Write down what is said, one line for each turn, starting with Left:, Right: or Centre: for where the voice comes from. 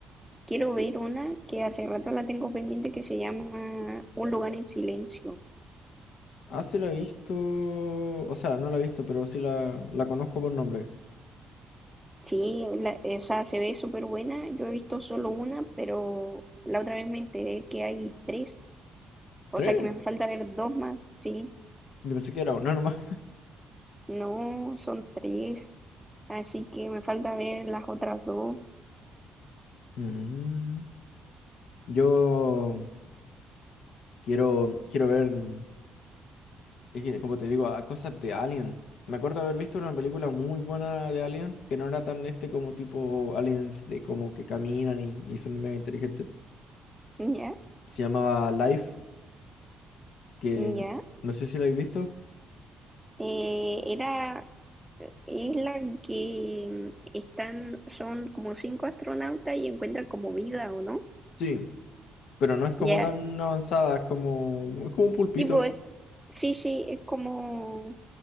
Centre: quiero ver una que hace rato la tengo pendiente que se llama Un lugar en silencio.
Left: Ah, sí la he visto, o sea, no la he visto, pero sí la, la conozco por nombre.
Centre: Sí, la- o sea, se ve súper buena. Yo he visto solo una, pero la otra vez me enteré que hay tres. O
Left: ¿Tres?
Centre: sea, que me falta ver dos más, sí.
Left: Yo pensé que era uno nomás.
Centre: No, son tres. Así que me falta ver las otras dos.
Left: Mm, Yo quiero, quiero ver, mm, es que, como te digo, a cosas de Alien. Me acuerdo haber visto una película muy buena de Alien, que no era tan este como tipo aliens de como que caminan y, y son mega inteligentes.
Centre: Ya,
Left: Se llamaba Life, que
Centre: ya.
Left: no, no sé si la habéis visto.
Centre: Eh, era, es la que mm, están, son como cinco astronautas y encuentran como vida, ¿o no?
Left: Sí, pero no es como
Centre: Ya.
Left: tan avanzada, es como, es como un pulpito.
Centre: Sí, pues, sí, sí, es como,